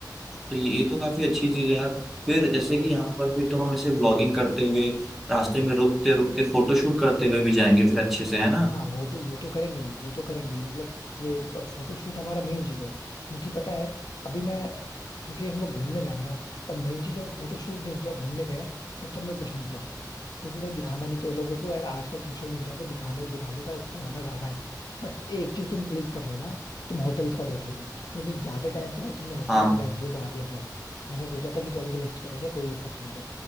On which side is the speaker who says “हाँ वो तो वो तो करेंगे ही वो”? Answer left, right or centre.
Left